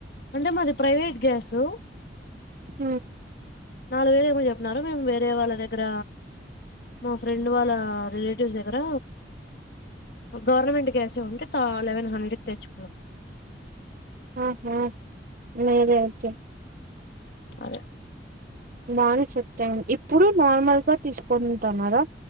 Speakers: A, on the left; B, on the right.
A: అంటే మది ప్రైవేట్ గ్యాస్ సో
B: హమ్
A: నాలుగు వేలు ఏమో చెపిన్నారు మేము వేరే వాళ్ళ దగ్గర మా ఫ్రెండ్ వాళ్ళ రిలేటివ్స్ దగ్గర ఆ గవర్నమెంట్ కి గ్యాస్ ఏ ఉంటే తా లెవన్ హండ్రెడ్ కి తెచ్చుకున్నాం
B: ఆ ఆహా నదిచ్చ
A: అదే
B: మాణి చెప్తాడు ఇప్పుడు నార్మల్గా తీసుకుని ఉంటున్నారా